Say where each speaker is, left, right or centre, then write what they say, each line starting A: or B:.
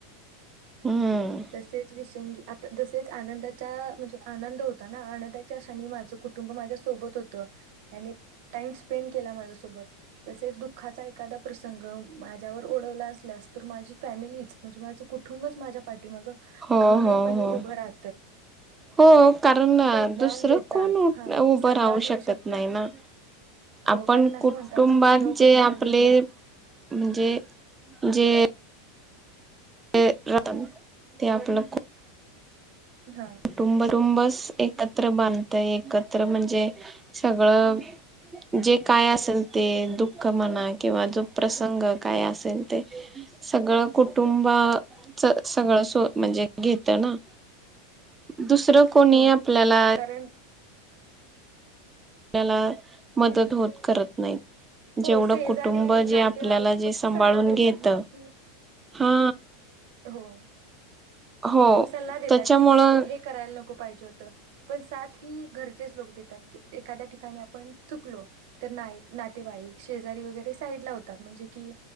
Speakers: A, on the right; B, on the right.
A: हम्म
B: तसेच विशंगी आत त जसेच आनंदाच्या म्हणजे, आनंद होता ना. आनंदाच्या क्षणी माझं कुटुंब माझ्यासोबत होतं. त्याने टाइम स्पेंड केला. माझ्यासोबत तसेच दुःखाचा एखादा प्रसंग माझ्यावर ओढवला असल्यास तर माझी फॅमिलीच म्हणजे माझं कुटुंबच माझ्या पाठी मग
A: हो
B: खंबीरपणे
A: हो हो
B: उभं राह
A: हो कारण
B: ज्ञान
A: दुसरं
B: देतात
A: कोण उभं
B: हा सल्ला
A: राहू
B: देऊ
A: शकत
B: शकतात
A: नाही ना,
B: हो
A: आपण
B: कारण असं
A: कुटुंबात
B: म्हणतात ना की लोक
A: जे
B: ज्ञान
A: आपले
B: देतात
A: म्हणजे जे ते रा ते आपलं कु
B: हा
A: कुटुंबटुंबस एकत्र बांधतय, एकत्र म्हणजे सगळं जे काय असेल ते, दुःख म्हणा किंवा जो प्रसंग काय असेल ते, सगळं कुटुंब च सगळं सो म्हणजे घेत ना दुसरं कोणी
B: हो
A: आपल्याला
B: कारण
A: आपल्याला मदत होत करत नाही
B: हो
A: जेवढं
B: शेजारी
A: कुटुंब जे
B: नातेवाईक
A: आपल्याला जे
B: फक्त
A: सांभाळून
B: सल्ला देतात
A: घेत
B: ना की,
A: हा
B: हो
A: हो
B: सल्ला देतात,
A: त्याच्यामुळं
B: की तू हे करायला नको पाहिजे होतं. पण सात ही घरचेच लोक देत तात, की एखाद्या ठिकाणी आपण चुकलो, तर नाहीत नातेवाईक शेजारी वगैरे साईडला होतात, म्हणजे की